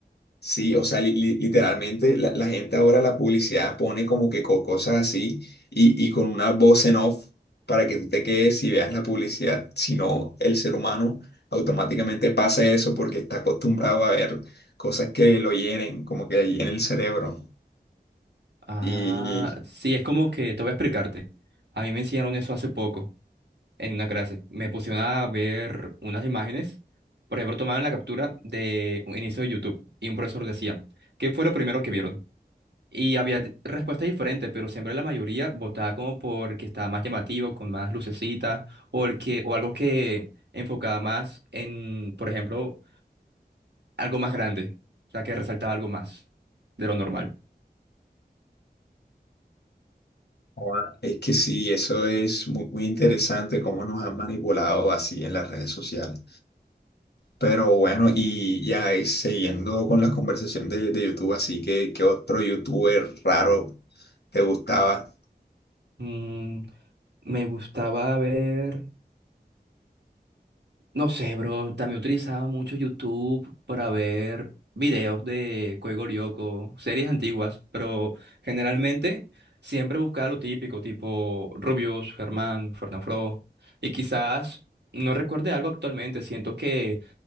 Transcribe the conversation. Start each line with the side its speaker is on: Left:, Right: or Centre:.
Left: sí, o sea, li- li- literalmente la, la gente ahora la publicidad pone como que co- cosas así y, y con una voz en off para que tú te quedes y veas la publicidad, si no, el ser humano automáticamente pasa eso porque está acostumbrado a ver cosas que lo hieren, como que en el cerebro.
Right: Ah,
Left: Y
Right: sí, es como que te voy a explicarte. A mí me enseñaron eso hace poco en una clase. Me pusieron a ver unas imágenes. Por ejemplo, tomaban la captura de un inicio de YouTube y un profesor decía, ¿qué fue lo primero que vieron? Y había d- respuestas diferentes, pero siempre la mayoría votaba como por el que estaba más llamativo, con más lucecitas, o el que, o algo que enfocaba más en, por ejemplo, algo más grande, o sea, que resaltaba algo más de lo normal.
Left: Joda, Es que sí, eso es muy, muy interesante cómo nos han manipulado así en las redes sociales. Pero bueno, y ya eh, siguiendo con la conversación de, de YouTube, así que ¿qué otro youtuber raro te gustaba?
Right: Mm, me gustaba ver. No sé, bro, también utilizaba mucho YouTube para ver videos de Código Lyoko, series antiguas, pero generalmente siempre buscaba lo típico, tipo Rubius, Germán, Fernanfloo, y quizás no recuerde algo actualmente, siento que